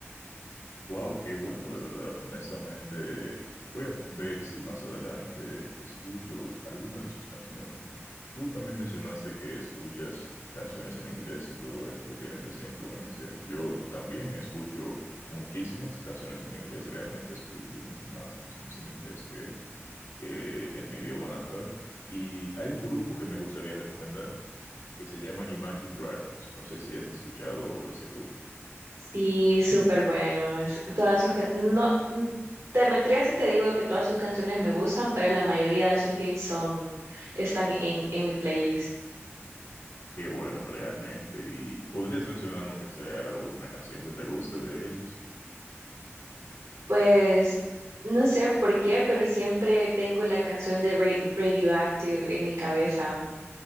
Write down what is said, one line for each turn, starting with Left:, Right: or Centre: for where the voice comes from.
Left: Wow, qué bueno, de verdad. Honestamente, voy a ver si más adelante escucho alguna de sus canciones. Tú también mencionaste que escuchas canciones en inglés y todo eso, que tienes esa influencia. Yo también escucho muchísimas canciones en inglés, realmente escucho mucho más canciones en inglés que, que en mi idioma natal. Y hay un grupo que me gustaría recomendar que se llama Imagine Dragons. No sé si has escuchado ese grupo.
Right: Sí, súper bueno. es- Todas sus, ca- no, n- te mentiría si te digo que todas sus canciones me gustan, pero la mayoría de sus hits son, están en, en mi playlist.
Left: Qué bueno, realmente. ¿Y podrías mencionarme aunque sea una canción que te guste de ellos?
Right: Pues no sé por qué, pero siempre tengo la canción de Ra- Radioactive en mi cabeza.